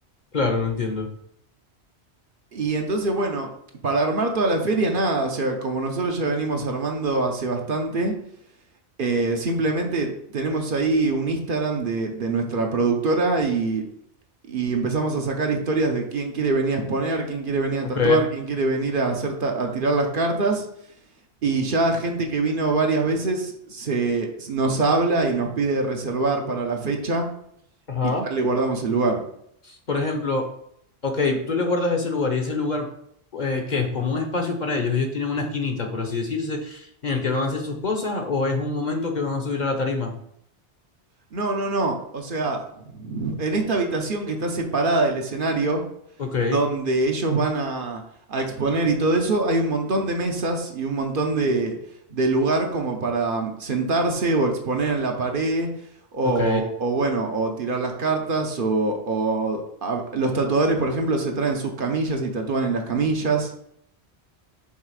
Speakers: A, on the left (about 45°); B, on the right (about 55°).
A: Claro, lo entiendo.
B: Y entonces, bueno, para armar toda la feria, nada, o sea, como nosotros ya venimos armando hace bastante, eh, simplemente tenemos ahí un Instagram de, de nuestra productora y, y empezamos a sacar historias de quién quiere venir a exponer, quién quiere venir a
A: Ok.
B: tatuar, quién quiere venir a, hacer ta- a tirar las cartas. Y ya gente que vino varias veces se, nos habla y nos pide reservar para la fecha
A: Ajá.
B: y ya le guardamos el lugar.
A: Por ejemplo, ok, tú le guardas ese lugar y ese lugar eh, que es como un espacio para ellos, ellos tienen una esquinita, por así decirse, en el que van a hacer sus cosas o es un momento que van a subir a la tarima.
B: No, no, no. O sea, en esta habitación que está separada del escenario,
A: Ok,
B: donde ellos van a, a exponer y todo eso, hay un montón de mesas y un montón de, de lugar como para sentarse o exponer en la pared, o,
A: ok,
B: o bueno, o tirar las cartas, o, o a- los tatuadores, por ejemplo, se traen sus camillas y tatúan en las camillas.